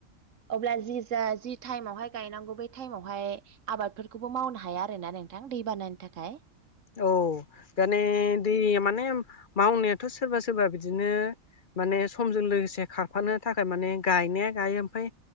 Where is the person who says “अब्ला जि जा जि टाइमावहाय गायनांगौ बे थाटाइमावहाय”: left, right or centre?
Right